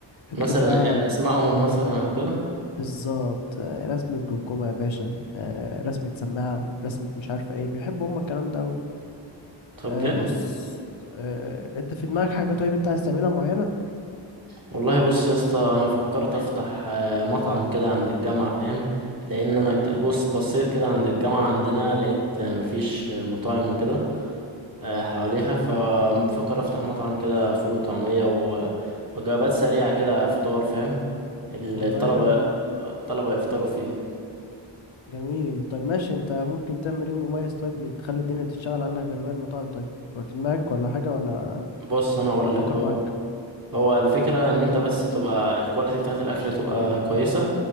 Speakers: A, on the left; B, on the right.
A: اكتب
B: مثلا
A: بقى
B: اسمائهم مثلا او كده
A: بالظبط آه، رسمة جمجمة يا باشا آه، رسمة سماعة رسمة مش عارفة ايه بيحبوا هما الكلام ده
B: طب
A: آه
B: جامد
A: بص آه انت في دماغك حاجة طيب انت عايز تعملها معينة
B: والله بص يا اسطى انا فكرت
A: <clears throat>
B: افتح آه، مطعم كده عند الجامعه فاهم لان انا كت- بص بصيت كده عند الجامعه عندنا لقيت آه، مفيش آه، مطاعم وكده آه، حواليها فبفكر افتح مطعم كده فول وطعميه و- وجبات سريعه كده فطار فاهم الطلبه
A: والله حلو
B: آه، الطلبه يفطروا فيه
A: جميل طب ماشي انت ممكن تعمل ايه مميز طيب تخلي الدنيا تشتغل عنك غير باقي المطاعم طيب ولا في دماغك ولا حاجة ولا
B: بص انا اقول
A: ولا افكر
B: لك هو
A: معاك
B: هو الفكرة ان انت بس تبقى الكواليتي بتاعت الاكل تبقى كويسة